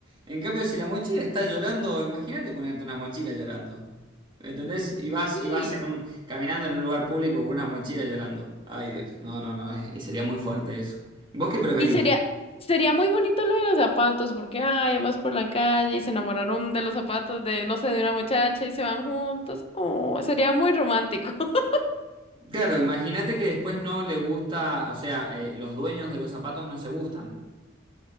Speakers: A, on the right; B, on the left.
A: En cambio, si la mochila está llorando, imagínate ponerte una mochila llorando. ¿Me entendés? Y vas,
B: Sí,
A: y vas en un, caminando en un lugar público con una mochila llorando. Ay, Dios. No, no, no. es- sería muy fuerte eso. ¿Vos qué preferís?
B: y sería, sería muy bonito lo de los zapatos, porque, ay, vas por la calle y se enamoraron de los zapatos de, no sé, de una muchacha y se van juntos. Oh, sería muy romántico. <laughs>
A: Claro, imagínate que después no le gusta, o sea, eh, los dueños de los zapatos no se gustan.